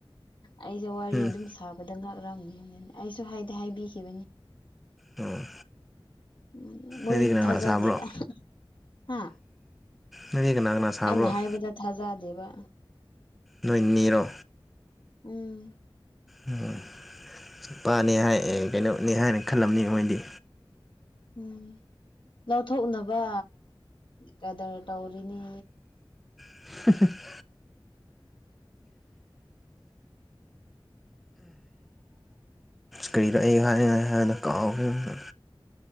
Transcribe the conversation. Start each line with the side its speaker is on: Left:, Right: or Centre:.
Left: ꯑꯩꯁꯦ ꯋꯥꯔꯤ
Centre: ꯎꯝ
Left: ꯑꯗꯨꯝ ꯁꯥꯕꯗ ꯉꯥꯛꯂꯝꯅꯤ ꯑꯩꯁꯨ ꯍꯥꯏꯗꯤ ꯍꯥꯏꯕꯤꯈꯤꯕꯅꯤ
Centre: ꯎꯝ
Left: ꯎꯝ ꯃꯣꯏꯁꯨ
Centre: ꯅꯪꯗꯤ ꯀꯅꯥ
Left: ꯊꯖꯗꯦꯗꯥ
Centre: ꯀꯅꯥ ꯁꯥꯕ꯭ꯔꯣ
Left: ꯍꯥ
Centre: ꯅꯣꯏ ꯀꯅꯥ ꯀꯅꯥ ꯁꯥꯕ꯭ꯔꯣ
Left: ꯑꯩꯅ ꯍꯥꯏꯕꯗ ꯊꯥꯖꯗꯦꯕ
Centre: ꯅꯣꯏ ꯅꯦꯔꯣ
Left: ꯎꯝ
Centre: ꯎꯝ ꯅꯨꯄꯥꯅꯦ ꯍꯥꯏ ꯑꯦ ꯀꯩꯅꯣꯅꯦ ꯍꯥꯏꯅ ꯈꯜꯂꯝꯅꯤ ꯃꯣꯏꯗꯤ
Left: ꯎꯝ ꯂꯧꯊꯣꯛꯅꯕ ꯀꯦꯗꯔ ꯇꯧꯔꯤꯅꯦ
Centre: <unintelligible> ꯀꯔꯤꯔ ꯑꯩꯅ ꯍꯥꯏ ꯍꯥꯏꯅ ꯀꯥꯎꯈ꯭ꯔꯦꯅꯦ